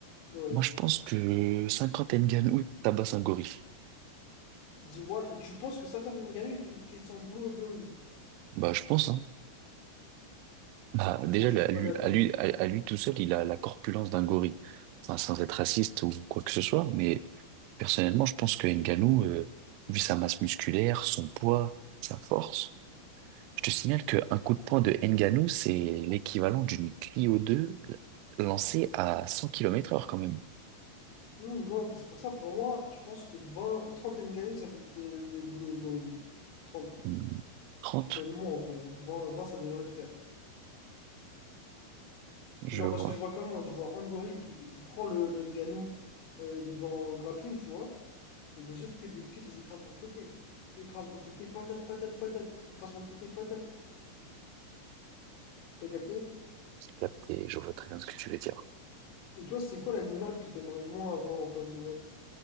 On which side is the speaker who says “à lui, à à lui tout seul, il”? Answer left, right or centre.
Right